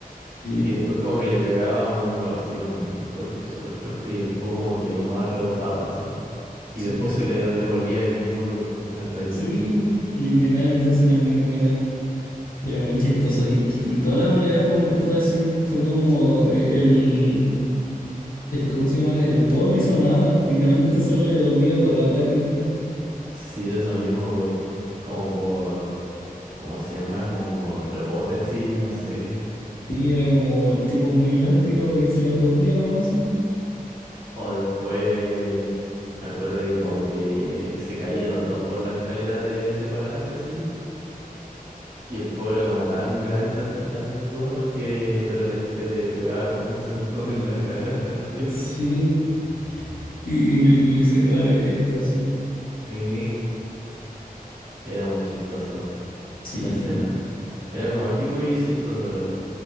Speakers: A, on the left; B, on the right.
A: sí,
B: Y después como que le pegaba un, go- así un golpe súper fuerte y el po como que nomás rebotaba así. Y
A: sí.
B: después se le devolvía él mismo el golpe al Tai Lung.
A: Sí, el Indianal en esa escena es muy buena. Era muy chistoso. Y, y toda la pelea, como que fue así. Fue como e- el. el- ¿Cómo se llama? El Po no hizo nada. Literalmente solo le devolvía todos los ataques.
B: Sí, eso mismo, por, como por, ¿cómo se llama? Como por rebote así, no sé.
A: Sí, era como el tipo muy elástico y se los devolvía nomás, sí.
B: O después me acuerdo que como que se caían los dos por la escalera de ese palacio así. Y el pobre era como tan grande así, tan gordo que de repente le pegaba como un centón en la cara <laughs> al Tai Lung.
A: Sí. Y le sacaba la cresta así.
B: Eh, era muy chistoso
A: Sí,
B: la escena. Era como épico y chistoso a la vez.